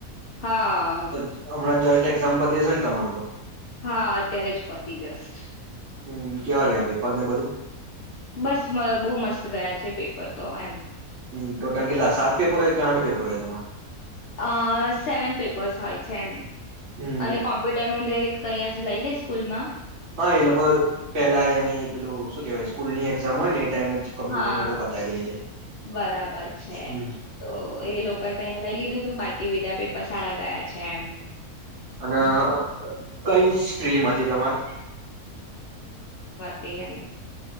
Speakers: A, on the left; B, on the right.
A: હા
B: હમણાં. જસ્ટ એક્ઝામ્પલ દ છે ને તમાર તો.
A: હા અત્યારે જ પતી જસ્ટ.
B: હમ કેવા
A: એ
B: ગયા પેપર ને બધું
A: બસ બહુ મસ્ત ગયા છે. પેપર તો એમ.
B: હ ટોટલ કેટલા સાત પેપર હોય કે આઠ પેપર હોય તમારે.
A: અ સેવન પેપર્સ હોય છે એમ.
B: હમ
A: અને કોમ્પ્યુટર નું એક. તહીં જ લઈ લે સ્કૂલ માં.
B: હા એ લોકો પેલા એની પેલું શું કેવાય સ્કૂલ ની એક્ઝામ હોય ને. એ ટાઈમે જ કોમ્પ્યુટરનું
A: હા
B: તો પતાવી દે છે
A: બરાબર છે
B: હમ
A: તો એ લોકોએ તો અહીંયા લઈ લીધું તું બાકી. કે બીજા પેપર સારા ગયા. છે એમ.
B: અને કઈ. ટ્રીમ મધ્ય તમામર.
A: તે એમ.